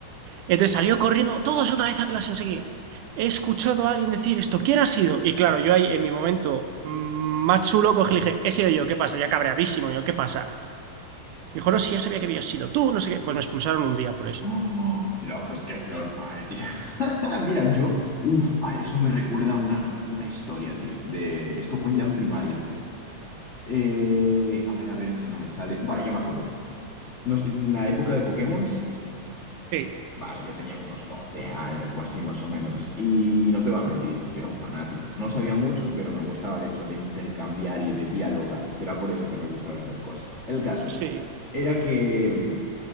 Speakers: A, on the right; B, on the left.
A: Entonces salió corriendo, todos otra vez a clase, no sé qué. he escuchado a alguien decir esto, ¿quién ha sido? Y claro, yo ahí en mi momento mm, más chulo cogí y le dije, he sido yo, ¿qué pasa? Ya cabreadísimo, yo, ¿qué pasa? Me dijo, no, si ya sabía que habías sido tú, no sé qué. Pues me expulsaron un día por eso.
B: Oh, loco, es que es normal, tío. <laughs> Mira, yo, uff, eso me recuerda a una, una historia, tío, de, esto fue ya en primaria. Eh, a ver, a ver si no me sale. Vale, ya me acuerdo. Nos- en la época de Pokémon,
A: Sí,
B: vale, yo tenía unos 12 años o así más o menos. Y no te voy a mentir, yo era un fanático. No sabía mucho, pero me gustaba el hecho de intercambiar y de dialogar. Será por eso que me gusta vender cosas. El caso
A: sí,
B: era que mm,